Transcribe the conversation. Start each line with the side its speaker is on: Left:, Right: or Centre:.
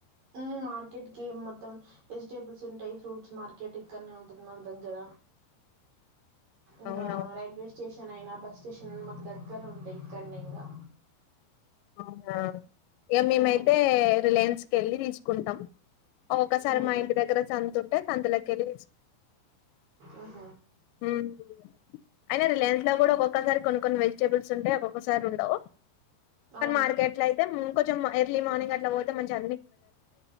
Right: ఆ మార్కెట్ కి మొత్తం వెజిటేబుల్స్ ఉంటాయి ఫ్రూట్స్ మార్కెట్ ఇక్కడనే ఉంటుంది మాకు దగ్గర ఇంకా
Left: అవునవును
Right: రైల్వే స్టేషన్ నైనా బస్ స్టేషన్ మాకు దగ్గర ఉంటాయి ఇక్కనీ ఇంకా
Left: అవునాా ఇక మేమ్
Right: మ్మ్
Left: అయితే రిలయన్స్ తీసుకెళ్ళి తీసుకుంటాం ఒక్కసారి
Right: హ్మ్
Left: మా ఇంటి దగ్గర చందుతుంటే అందులకెలి
Right: అహ
Left: హ్మ్ అయినా రిలయన్స్ లో కూడా ఒక్కొక్కసారి కొన్ని కొన్ని వెజిటేబుల్స్ ఉంటాయి ఒక్కొక్కసారి ఉండవు
Right: అవును
Left: ప మార్కెట్ లో అయితే కొంచెం ఎర్లీ మార్నింగ్ అట్లా పోతే మంచి అ